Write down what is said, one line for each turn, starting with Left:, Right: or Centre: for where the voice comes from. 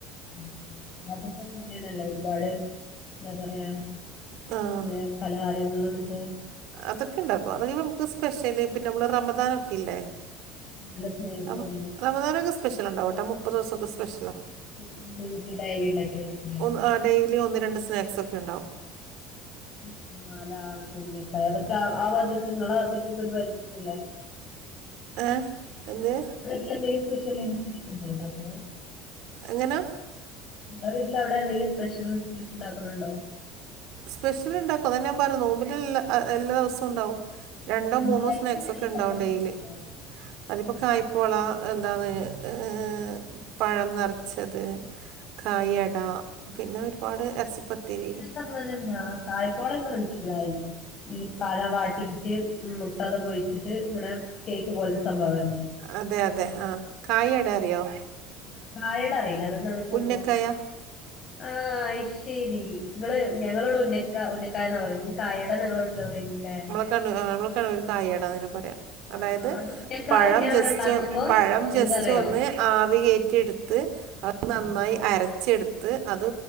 Left: ഇന്നാ പിന്നെ അങ്ങനെയാണല്ലോ ഒരുപാട് എന്താ പറയാ
Right: ആഹ്
Left: ലേ പലഹാരങ്ങളും മറ്റേ
Right: അതൊക്കെ ഇണ്ടാക്ക് അതെക്കെ നമക്ക് സ്പെഷ്യല് പിന്നെ നമ്മൾ റമദാനൊക്കെ ഇല്ലേ
Left: നല്ല സ്നാക്സ്
Right: റെ റെമദാനൊക്കെ സ്പെഷ്യൽ ഇ ണ്ടാവ്ട്ടോ മുപ്പത് ദിവസൊക്കെ സ്പെഷ്യലാ
Left: <unintelligible> വീട്ല് ഡയലിണ്ടാക്ക്യതായിരിക്കുംല്ലേ
Right: ഒന്ന് ഡെയിലി ഒന്ന് രണ്ട് സ്നാക്സ് ഒക്കെണ്ടാവും.
Left: <unintelligible> നാലാമത്തെ <unintelligible> അതൊക്കെ ആ ആഭാത്ത്ക്ക് ഇങ്ങളെ വാത്ത്ക്ക് ഒക്കെ ഒര് പരിധില്ലേ
Right: ഏഹ്, എന്ത്?
Left: ഇന്നെന്തേം സ്പെഷ്യല് <unintelligible> ണ്ടാക്ക്ന്നെ.
Right: എങ്ങനാ.
Left: ഇങ്ങളെ വീട്ടില് അവിടെ എന്തെങ്കിലും സ്പെഷ്യൽ റെസിപ്പീസ് ണ്ടാക്ക്ണ് ണ്ടോ?
Right: സ്പെഷ്യൽ എന്താപ്പോ അതന്നെ ഞാൻ പറഞ്ഞെ നോമ്പ്ന്റെ എല്ലാ ദിവസവും ഇണ്ടാവും. രണ്ടോ
Left: സിമ്പിൾ
Right: മൂന്നോ
Left: ആയിട്ട്
Right: സ്നാക്സൊക്കെണ്ടാവും
Left: വെറൈറ്റി അങ്ങനെ എന്തെങ്കിലും
Right: ഡെയിലി.
Left: ഉണ്ടോ
Right: അതിപ്പോ കായ്പോള എന്താന്ന് അ് പഴം നെറച്ചത്, കായ് യട പിന്നെ ഒര്പാട് എർച്ചിപ്പത്തിരി
Left: <unintelligible> <unintelligible> കായ് പോളൻക്ക് മൻസ് ലായി. ഈ പഴ വാട്ടീട്ട് ഉം മുട്ടതൊക്കൊഴിച്ചിട്ട് ങ്ങനെ കേക്ക് പോലതെ സംഭവല്ലെ.
Right: അതെ, അതെ. ആഹ് കായ് യട അറിയോ?
Left: ആഹ്, കായ് അട അറിയില്ല. അതെന്താണ് സംഭവം?
Right: ഉന്നക്കായ
Left: ആഹ് അയ്ശെരി. ഇങ്ങള് ഞങ്ങളവടെ ഉന്നക്ക ഉന്നക്കായാന്നാ പറയല്. <unintelligible> കായ അട നിങ്ങള വീട്ട്ല് പറയല് ല്ലെ.
Right: <unintelligible> നങ്ങളൊക്കെതിന് കായ് അടാന്നെന്നെ പറിയാ. അതായത്
Left: ആഹ് അത് ഉന്നക്കായ
Right: പഴം
Left: ഞാൻ ഇവിടെ
Right: ജെസ്റ്റ്
Left: ഉണ്ടാക്കുമ്പോ
Right: പഴം ജെസ്റ്റ്
Left: എന്താറിയോ
Right: ഒന്ന് ആവികേറ്റിട്ത്ത് അ നന്നായി
Left: ആഹ്
Right: അരച്ചെട്ത്ത് അത്